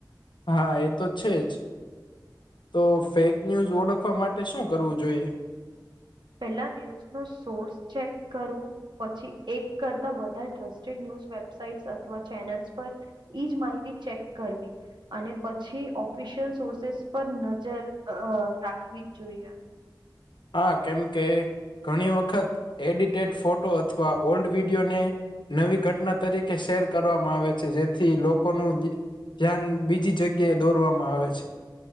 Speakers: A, on the left; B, on the right.
A: હા એ તો છે જ. તો ફેક ન્યૂઝ ઓળખવા માટે શું કરવું જોઈએ?
B: પેલા ન્યૂઝ નો સોર્સ ચેક કરવો. પછી એક કરતા વધારે ટ્રસ્ટેડ ન્યૂઝ વેબસાઇટ અથવા ચેનલ્સ પર એજ માહિતી ચેક કરવી. અને પછી ઓફિશિયલ સોર્સ પર નજર રાખવી જ જોઈએ.
A: હા. કેમ કે ઘણી વખત એડિટેડ ફોટો અથવા ઓલ્ડ વિડીિયોને નવી ઘટના તરીકે શેર કરવામાં આવે છે, જેથી લોકોનું દિ ધ્યાન બીજી જગ્યા એ દોરવામાં આવે છે.